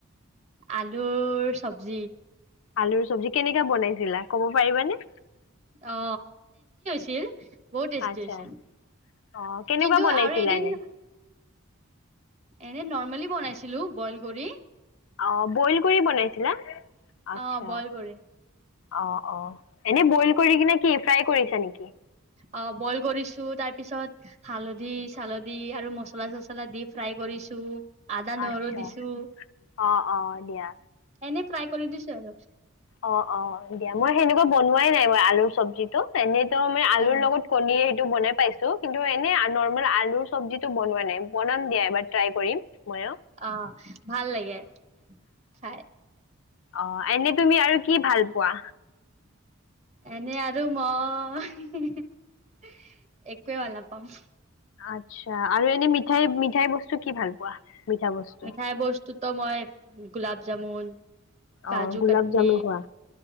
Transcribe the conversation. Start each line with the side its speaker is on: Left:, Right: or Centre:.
Right: আলুৰ চব্জি।
Left: আলুৰ চব্জি কেনেকা বনাই? দিলা ক'ব পাৰিবানে।
Right: অ <unintelligible> বহুত টেষ্টি
Left: আচ্ছা
Right: আছিল
Left: অ কেনেকুৱা
Right: কিন্তু
Left: বনাইছিলা
Right: আৰু এদিন।
Left: এনে
Right: এনে নৰ্মেলি বনাইছিলোঁ বইল কৰি।
Left: অ বইল কৰি বনাইছিলা। আছা
Right: অ বইল কৰি
Left: অ অ এনে বইল কৰি কিনে কি? ফ্ৰাই কৰিছে নেকি?
Right: অঁ, বইল কৰিছো তাৰ পিছত হালধি চালধি আৰু মছলা চচলা দি ফ্ৰাই কৰিছো আদা নহৰু
Left: আচ্ছা
Right: দিছো
Left: অ', অ', দিয়া
Right: এনে ফ্ৰাই কৰি দিছো আৰু।
Left: অঁ অঁ দিয়া মই সেনেকুৱা বন। নোৱাই নাই মই আলুৰ চব্জিতটো এনে। ই আলুৰ
Right: অ
Left: লগত কণীয়ে সেইটো বনাই। খাইছোঁ কিন্তু এনে নৰ্ম আলুৰ চবজিতটো বনোৱা নাই বনাম দিয়া এবাৰ ট্ৰায় কৰিম। ময়ো।
Right: অঁ ভাল লাগে খাই।
Left: অঁ। তুমি আৰু কি ভাল পোৱা।
Right: এনে আৰু মই একোৱে ভাল নাপাওঁ।
Left: আচ্ছা আৰু এনে মিঠাই মিঠাই বস্তু। কি ভাল পোৱা? মিঠা বস্তু
Right: মিঠাই বস্তুতো মই গোলাপ। জামুন।
Left: অ
Right: কাজু
Left: গোলাপ
Right: কাটলি
Left: জামুন খোৱা